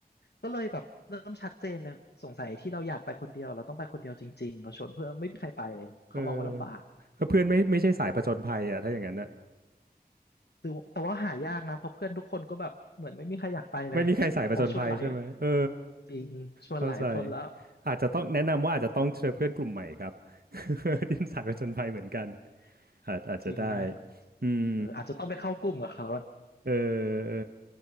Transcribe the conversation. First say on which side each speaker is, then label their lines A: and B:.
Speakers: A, on the left; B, on the right.
A: ก็เลยแบบเริ่มชัดเจนเลยสงสัยที่เราอยากไปคนเดียวเราต้องไปคนเดียวจริงๆเราชวนเพื่อนไม่มีใครไปเลยเขามองว่าลำบาก
B: เออเพื่อนไม่ไม่ใช่สายผจญภัยอ่ะถ้าอย่างนั้นน่ะ
A: แต่ว่าแต่ว่าหายากนะเพราะเพื่อนทุกคนก็แบบเหมือนไม่มีใครอยากไปเลยเขาชวนหลาย
B: ไม่มีใครสายผจญภัยใช่ไหมเออ
A: จริงชวนหลายคนแล้ว
B: เข้าใจอาจจะต้องแนะนำว่าอาจจะต้องเจอเพื่อนกลุ่มใหม่ครับ <laughs> ที่สายผจญภัยเหมือนกันอาจอาจจะได้
A: จริงไหม
B: อืม
A: เอออาจจะต้องไปเข้ากลุ่มกับเขา
B: เออเออ